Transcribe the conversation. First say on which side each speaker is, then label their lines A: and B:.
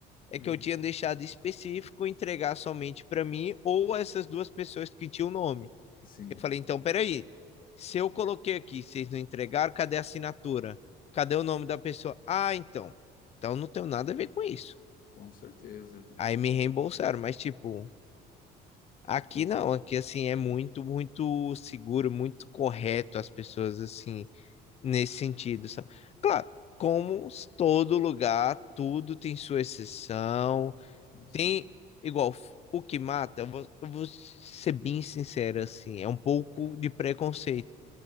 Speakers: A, on the left; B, on the left.
A: é
B: Hum.
A: que eu tinha deixado específico entregar somente para mim ou essas duas pessoas que tinham o nome".
B: Sim,
A: Eu falei, então, peraí. Se eu coloquei aqui, vocês não entregaram, cadê a assinatura? Cadê o nome da pessoa? Ah, então. Então não tenho nada a ver com isso.
B: com certeza, com
A: Aí
B: certeza.
A: me reembolsaram, mas tipo, aqui
B: Pô,
A: não, aqui assim é muito, muito seguro, muito correto as pessoas assim, nesse sentido, sabe? Claro, como s- todo lugar, tudo tem sua exceção,
B: com certeza.
A: tem igual f- o que mata, eu vou, eu vou ser bem sincero assim, é um pouco de preconceito.